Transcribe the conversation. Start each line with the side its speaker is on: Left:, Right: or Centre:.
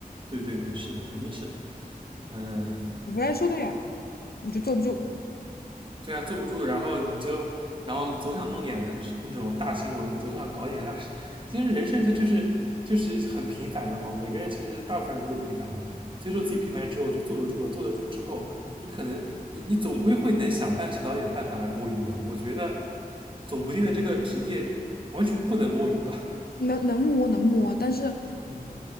Right: 对对对，是的，肯定是，嗯，
Left: 我不太受得了，就坐不住，
Right: 对啊，坐不住，然后你就，然后总想弄点那种大新闻，总想搞点大事。其实人生它就是就是很平凡的嘛，每个人其实大部分人都是平凡的。接受自己平凡之后，就坐得住了。坐得住之后，你可能你你总归会能想办想到一点办法来摸鱼的。我觉得总不定的这个职业完全不能摸鱼吧？
Left: 能能摸能摸，但是
Right: 嗯